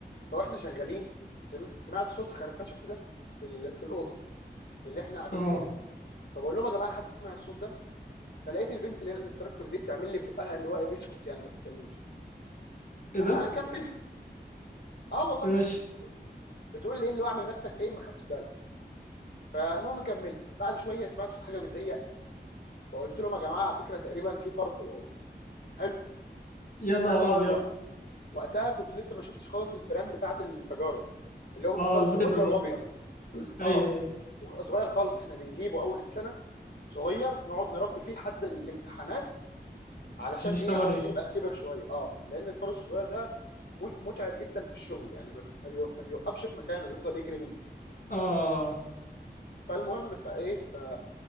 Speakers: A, on the left (about 80°); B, on the left (about 60°).
A: فاحنا شغالين سم- سمعت صوت خرفشه كده في ال- في الاوضه اللي احنا قاعدين
B: اه
A: فيها فبقول لهم يا جماعه حد سمع الصوت ده فلقيت البنت اللي هي الانستراكتور دي بتعمل لي بقها اللي هو ايه اسكت يعني ما تتكلمش
B: ايه
A: فكملت
B: ده
A: اه والله
B: ايش
A: بت بت بتقول لي ايه اللي هو اعمل نفسك ايه ما خدتش بالك فالمهم كملت بعد شويه سمعت في حاجه بتزيق فقلت لهم يا جماعه على فكره تقريبا في فار في الاوضه حلو
B: يا نهار
A: انا طبعا
B: ابيض
A: وق- وقتها كنت لسه ما شفتش خالص الفيران بتاعه التجارب اللي هو بيبقى
B: اه
A: فار
B: البيضة
A: صغير
B: دي
A: وابيض <clears throat>
B: ايوه
A: اه
B: ايوه
A: وبيبقى صغير خالص احنا بنجيبه اول السنه صغير نقعد نربي فيه لحد الامتحانات علشان
B: عشان تشتغل
A: ايه علشان
B: عليه
A: يبقى كبر شويه اه لان الفار الصغير ده م- متعب جدا في الشغل يعني ما ما بيو- ما بيوقفش في مكانه بيفضل يجري منك
B: اه اه
A: فالمهم فايه ف